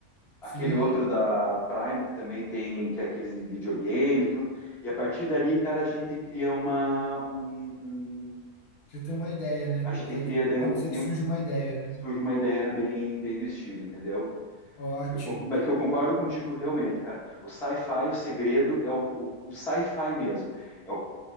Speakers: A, in the centre; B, on the left (about 75°).
A: aquele
B: sim,
A: outro da Prime que também tem que é aqueles de videogame e tudo. E a partir dali, cara, a gente cria uma um- um-
B: já tem uma ideia, né?
A: a gente
B: Vai,
A: cria daí
B: pode
A: um,
B: ser
A: cria
B: que surja uma ideia, né?
A: surge uma ideia bem, bem do estilo, entendeu?
B: Ótimo,
A: Eu, conc- mas
B: cara.
A: que eu concordo contigo realmente, cara. O sci-fi, o segredo é o, o, o sci-fi mesmo. É o,